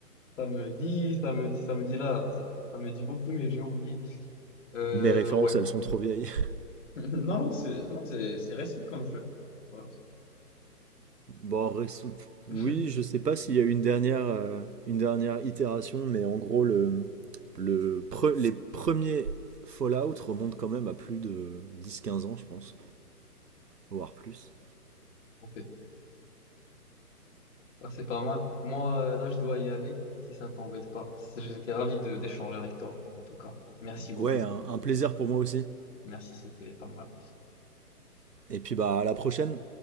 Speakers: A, on the left; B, on the right.
A: Ça me dit, ça me dit, ça me dit là. Ça, ça me dit beaucoup, mais j'ai oublié. Euh,
B: Mes références,
A: ouais.
B: elles sont trop vieilles. <laughs>
A: <laughs> Non, non, c'est non, c'est c'est récent comme jeu. Voilà.
B: Bon, res- oui,
A: <laughs>
B: je sais pas s'il y a eu une dernière, euh, une dernière itération, mais en gros, le, le pre- les premiers Fallout remontent quand même à plus de dix, quinze ans, je pense, voire plus.
A: Ok, Ah, c'est pas mal. Moi, euh, là, je dois y aller, si ça t'embête pas. C'est- J'étais ravi de d'échanger avec toi, en tout cas. Merci beaucoup.
B: Ouais, un, un plaisir pour moi aussi.
A: Merci, c'était pas mal.
B: Et puis bah à la prochaine.